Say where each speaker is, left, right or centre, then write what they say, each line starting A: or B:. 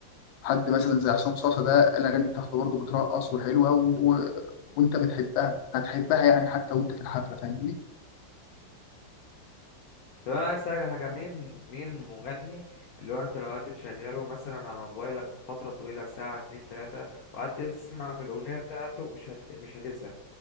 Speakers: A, on the left; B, on the left.
A: حد مثلا زي عصام صاصا ده الاغاني بتاعته برضه بترقص وحلوه و... و... وانت بتحبها هتحبها يعني حتى وانت في الحفله فاهمني
B: طب انا عايز اسالك على حاجه مين مين المغني اللي هو انت لو قعدت تشغله مثلا على موبايلك فتره طويله ساعه اتنين تلاته وقعدت تسمع في الاغنيه بتاعته مش هت... مش هتزهق